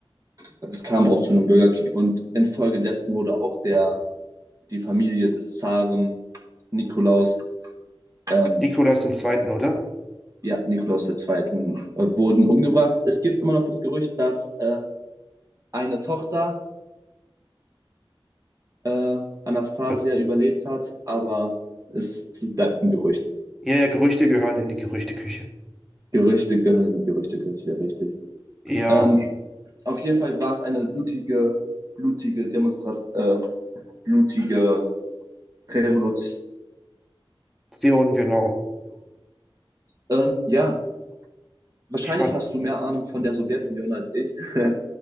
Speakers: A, on the right; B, in the centre.
A: Es kam auch zu einem Bürgerkrieg und infolgedessen wurde auch der, die Familie des Zaren Nikolaus, ähm,
B: Nikolaus im Zweiten, oder?
A: ja, Nikolaus II. Äh, wurden umgebracht. Es gibt immer noch das Gerücht, dass äh, eine Tochter äh, Anastasia
B: Das,
A: überlebt hat, aber es bleibt ein Gerücht.
B: ja, ja, Gerüchte gehören in die Gerüchteküche.
A: Gerüchte gehören in die Gerüchteküche, richtig.
B: Ja,
A: Ähm, auf jeden Fall war es eine blutige, blutige Demonstration, äh, blutige Revolution.
B: Zion, genau.
A: Ähm, ja, wahrscheinlich
B: Ich fand,
A: hast du mehr Ahnung von der Sowjetunion als ich <laughs>